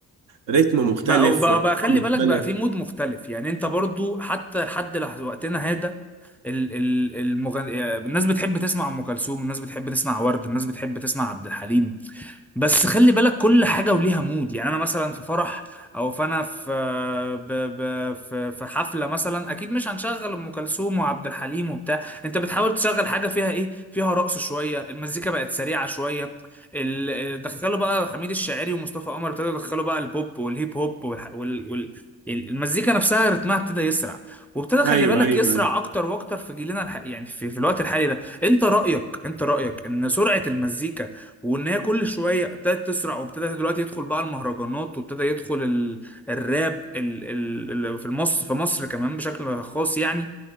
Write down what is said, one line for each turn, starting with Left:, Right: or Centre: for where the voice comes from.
Right: رتم مختلف
Centre: بقى بقى
Right: وإيقاع
Centre: بقى خلي
Right: مختلف
Centre: بالك بقى في مود مختلف يعني انت برضو حتى لحد لح- وقتنا هذا ال- ال- المغن... الناس بتحب تسمع ام كلثوم الناس بتحب تسمع ورد الناس بتحب تسمع عبد الحليم بس خلي بالك كل حاجة وليها مود يعني أنا مثلا في فرح أو فأنا في ب... ب... في في حفلة مثلا أكيد مش هنشغل أم كلثوم وعبد الحليم وبتاع أنت بتحاول تشغل حاجة فيها إيه فيها رقص شوية المزيكا بقت سريعة شوية ال... دخلوا بقى حميد الشاعري ومصطفى قمر ابتدوا يدخلوا بقى البوب والهيب هوب والح... وال... وال... المزيكا نفسها رتمها ابتدى يسرع وابتدى خلي
Right: أيوه
Centre: بالك
Right: أيوه
Centre: يسرع
Right: أيوه
Centre: اكتر واكتر في جيلنا الح... يعني في... في الوقت الحالي ده انت رأيك انت رأيك ان سرعة المزيكا وان هي كل شويه ابتدت تسرع وابتدى دلوقتي يدخل بقى المهرجانات وابتدى يدخل ال... الراب ال... ال... ال- في مصر في مصر كمان بشكل خاص يعني